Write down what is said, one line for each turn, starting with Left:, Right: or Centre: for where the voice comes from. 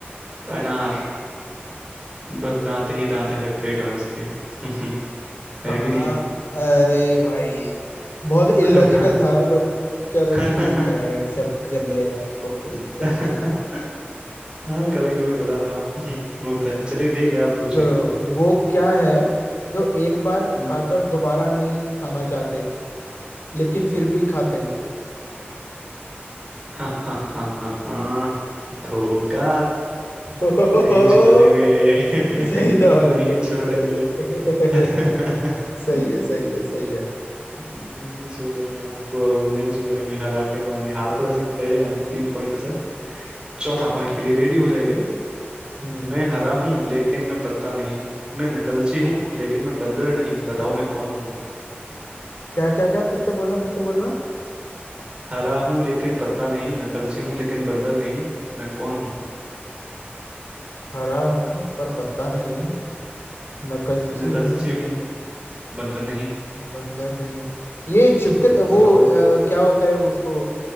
Right: अनार बस दांत ही दांत है पेट में उसके <laughs> है
Left: कहाँ
Right: कि नहीं
Left: अरे भाई बहुत
Right: <laughs>
Left: इलॉजिकल था बट चलो
Right: अरे
Left: ठीक है एक्सेप्ट कर लिया है उसको कोई दिक्कत
Right: <laughs>
Left: नहीं है
Right: हाँ कभी कभी थोड़ा <laughs> होता है चलिए ठीक है आप पूछिए
Left: चलो वो क्या है जो एक बार
Right: हम्म,
Left: खाकर दोबारा नहीं खाना चाहते लेकिन फिर भी खाते हैं
Right: हाँ हाँ हाँ हाँ हाँ धोखा
Left: <laughs>
Right: नहीं छोड़ेंगे <laughs>
Left: सही था
Right: नहीं
Left: भाई
Right: छोड़ेंगे
Left: सही है
Right: <laughs>
Left: सही है <laughs> सही है सही है सही है
Right: नहीं छोड़ेंगे आपको अब हम नहीं छोड़ेंगे हरा के माने हार तो वैसे गए हैं आप तीन पॉइंट से चौथा पॉइंट के लिए रेडी हो जाइए
Left: हम्म
Right: मैं हरा हूँ लेकिन मैं पत्ता नहीं मैं नकलची हूँ लेकिन मैं बंदर नहीं बताओ मैं कौन
Left: क्या क्या क्या फिर से बोलना फिर से बोलना
Right: हरा हूँ लेकिन पत्ता नहीं नकलची हूँ लेकिन बंदर नहीं मैं कौन हूँ
Left: हरा हूँ पर पत्ता नहीं नकलची
Right: नकलची
Left: हूँ
Right: हूँ बंदर नहीं
Left: बंदर नहीं ये छिपकल वो
Right: बताओ मैं
Left: अ,
Right: कौन
Left: क्या होता है वो उसको